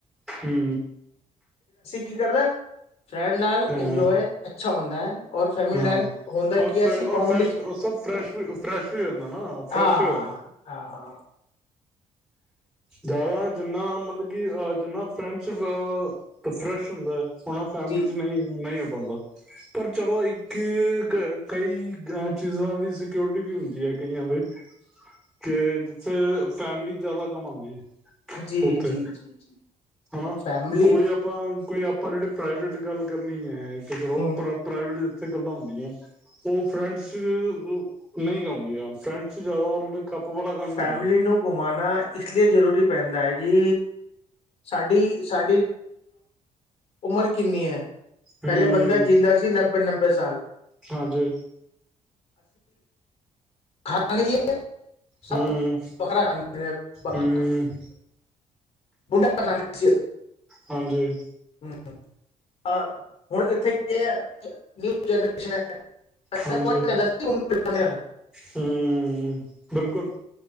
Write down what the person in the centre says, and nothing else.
ਹੂੰ
ਹਾਂ
ਹਾਂ।
ਔਰ
ਫੇਰ
ਔ ਫਰੈ
ਸਭ ਫਰੈਸ਼- ਫਰੈਸ਼ ਵੀ ਹੋ ਜਾਂਦਾ। ਨਾ ਫਰੈਸ਼
ਵੀ ਹੋ ਜਾਂਦਾ।
ਜ਼ਿਆਦਾ ਜਿੰਨਾ ਮਤਲਬ ਕਿ ਅ ਜਿੰਨਾ, ਫਰੈਂਸ਼ਿਪ ਅ ਫਰੈਸ਼ ਹੁੰਦਾ ਹੈ। ਹੁਣ ਫੈਮਿਲੀ
ਚ ਨਹੀਂ, ਨਹੀਂ। ਬੰਦਾ ਪਰ ਚਲੋ, ਇੱਕ ਕਈ ਚੀਜ਼ਾਂ ਦੀ ਸਿਓਰਟੀ ਵੀ ਹੁੰਦੀ ਹੈ। ਕਈਆਂ ਦੇ ਕਿ ਜਿੱਥੇ ਫੈਮਲੀ ਜਿਆਦਾ ਕਮਾਉਂਦੀ। ਹਮ <unintelligible>
ਉੱਥੇ
ਹਨਾ।
ਕੋਈ ਆਪਾਂ ਕੋਈ ਆਪਾਂ ਜਿਹੜੇ ਪ੍ਰਾਈਵੇਟ ਗੱਲ ਕਰਨੀ ਹੈ। ਕਿ ਚਲੋ
ਪ੍ਰਾਈਵੇਟ ਗੱਲਾਂ ਹੁੰਦੀਆਂ। ਉਹ ਫਰੈਂਡ ਚ ਨਹੀਂ ਗ ਆਉਂਦੀਆਂ। ਫਰੈਂਡ ਚ ਜ਼ਿਆਦਾ ਮਤਲਬ ਖੱਪ ਵਾਲਾ ਕੰਮ ਹੁੰਦਾ
ਹਮ
ਹਾਂਜੀ।
ਹਮ
ਹਮ
ਹਾਂਜੀ।
ਹਾਂਜੀ
ਹਮ, ਬਿਲਕੁਲ